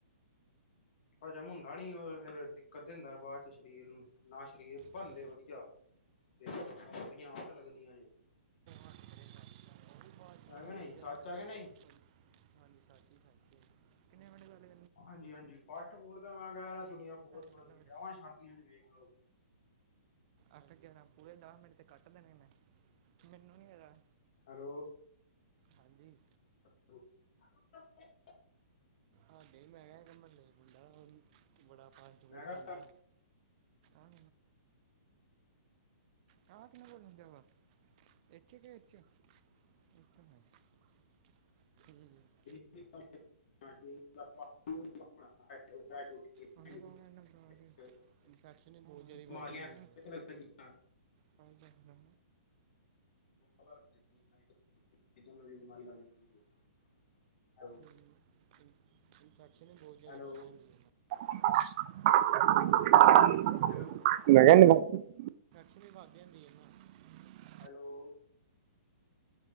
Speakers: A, on the left (about 55°); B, on the right (about 40°).
A: ਪਰਜਮ ਹੁੰਦਾ ਨੀ ਉਹ ਫੇਰ ਦਿੱਕਤ ਦ ਹਿੰਦਾ ਬਾਅਦ ਚ ਸਰੀਰ ਨੂੰ ਨਾ ਸਰੀਰ ਬਣਦੇ
B: ਉਹ ਉਹ
A: ਵਧੀਆ। ਤੇ ਸਾਰ ਆਟ ਲੱਗਦੀਆਂ,
B: ਹੱਥ ਕਰੇਗਾ ਉਹ ਵੀ ਫਾਸਟ ਫੂਡ
A: ਹੈਗੇ
B: ਬਹੁਤ
A: ਨਹੀਂ।
B: ਜ਼ਿਆਦਾ
A: ਸਚ
B: ਖਾਂਦੇ
A: ਹੈਗੇ ਨਹੀਂ?
B: ਉਹ ਵੀ <unintelligible> ਕਿੰਣੇ ਮੈਂਡ ਗੱਲਦੇ,
A: ਹਾਂਜੀ-ਹਾਂਜੀ, ਫਾਸਟ ਫੂਡ ਤਾਂ ਮੈਂ ਕਹਿ ਰਿਹਾ ਦੁਨੀਆਂ ਬਹੁਤ ਖਾਂਦੀ
B: ਪਹਿਲਾਂ
A: ਵਿਆਹਾਂ
B: ਫਿਰ
A: ਸ਼ਾਦੀਆਂ ਚ ਵੇਖ ਲਓ।
B: ਅਟ ਕੇ ਪੂਰੇ ਦਸ ਮਿੰਟ ਤੇ ਕੱਟ ਦੇਣੇੇ ਮੈਨੂੰ ਨੀ ਇਹਦਾ
A: ਹੈਲੋ।
B: ਹਾਂਜੀ।
A: <unintelligible>
B: ਆਡੇ ਹੀ ਮੈਂ ਕਿਹਾ, ਇੱਕ ਮਹੱਲੇ ਮੁੰਡਾ ਬੜਾ ਫਾਸਟ
A: ਮੈਂ
B: ਫੂਡ
A: ਕਿਹਾ
B: ਖਾਂਦਾ। ਆਹ ਆਹ ਕਿੰਨੇ ਬੋਲ ਹਦੇ ਵਾ <unintelligible>
A: <unintelligible> <unintelligible>
B: ਕੌਣ ਇਹਨਾਂ ਬਰਾੜ ਇਨਫੈਕਸ਼ਨ ਬਹੁਤ ਜ਼ਿਆਦਾ
A: ਬਿਮਾਰੀਆਂ
B: ਵੱਧਦੀ ਹੁੰਦੀ।
A: ਲੱਗਦੀਆਂ,
B: ਹੋ ਜਾਦਾ।
A: ਬਿਮਾਰੀ ਜਾਂਦੀ ਹੈ।
B: ਇਨਫੈਕਸ਼ਨ ਵੀ ਬਹੁਤ
A: ਹੈਲੋ
B: ਜ਼ਿਆਦਾ ਵੱਧ ਜਾਂਦੀ ਹੈ। <unintelligible>
A: ਹੈਲੋ
B: ਇੰਫੈਕਸ਼ਨ ਵੀ ਵੱਧ ਹੁੰਦੀ। <unintelligible>
A: ਹੈਲੋ।